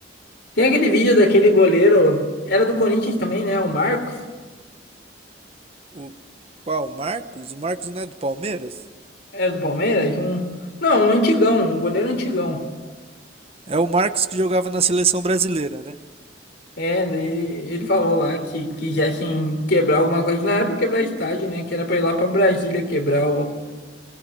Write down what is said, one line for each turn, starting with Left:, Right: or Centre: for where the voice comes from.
Left: Tem aquele vídeo daquele goleiro, era do Corinthians também, né? O Marcos,
Right: O qual? O Marcos? O Marcos não é do Palmeiras?
Left: era do Palmeiras, um... Não, um antigão, um goleiro antigão.
Right: É o Marcos que jogava na seleção brasileira, né?
Left: É, daí ele falou lá que, que já tinha que quebrar alguma coisa, não era pra quebrar estádio, né? Que era pra ir lá pra Brasília quebrar o